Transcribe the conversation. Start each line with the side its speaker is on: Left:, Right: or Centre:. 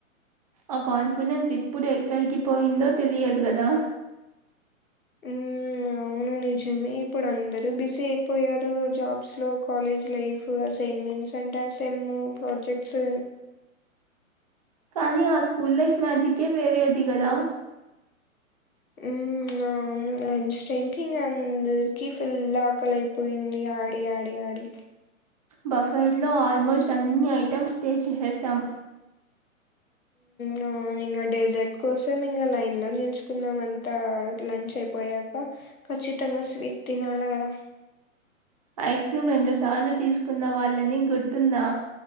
Right: ఆ కాన్ఫిడెన్స్ ఇప్పుడు ఎక్కడికి పోయిందో తెలియదు గదా
Left: ఉమ్ అవును నిజమే ఇప్పుడు అందరు బిజీ అయిపోయారు, జాబ్స్ లో కాలేజ్ లైఫ్ ఫు అసైన్మెంట్స్ అంట సేమ్ అసైన్మెంట్స్ ప్రాజెక్ట్స్ అని
Right: కానీ ఆ స్కూల్ లైఫ్ మ్యాజిక్ ఏ వేరేది కదా
Left: ఉ ఆ వును లంచ్ టైమ్ కి ఇంగా అందరికీ ఫుల్ ఆకలైపోయింది ఆడి ఆడి ఆడి
Right: బఫర్డ్లో ఆల్మోస్ట్ అన్ని ఐటెమ్స్ టేస్ట్ చేసేసాం.
Left: నా ఇంగ డెజర్ట్ కోసం ఇంగ లైన్ లో నిలుచుకున్నమంతా లంచ్ అయిపోయాక ఖచ్చితంగా స్వీట్ తినాల కదా
Right: ఐస్ క్రీమ్ రెండు సార్లు తీసుకున్న వాళ్ళని గుర్తుందా